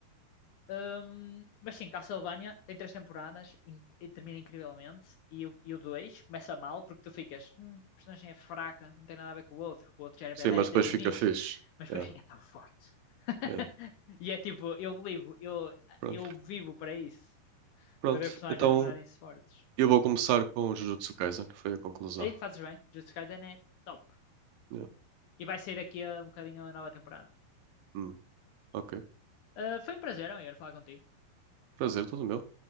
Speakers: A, on the left; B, on the right.
A: Hum, mas sim, Castlevania tem três temporadas in- e termina incrivelmente. E, o- e o 2 começa mal porque tu ficas, hum, a personagem é fraca, não tem nada a ver com o outro. O outro já era
B: Sim,
A: badass
B: mas
A: desde
B: depois fica
A: o início,
B: fixe.
A: mas depois
B: É,
A: fica tão forte. <laughs>
B: é.
A: E é tipo, eu vivo, eu,
B: Pronto.
A: eu vivo para isso,
B: Pronto.
A: para ver personagens
B: Então
A: a tornarem-se fortes.
B: eu vou começar com o Jujutsu Kaisen. Foi a conclusão.
A: E fazes bem, Jujutsu Kaisen é top.
B: É.
A: E vai sair daqui a um bocadinho a nova temporada.
B: Hum, ok.
A: Ah, foi um prazer, amigo, falar contigo.
B: Prazer, tudo meu.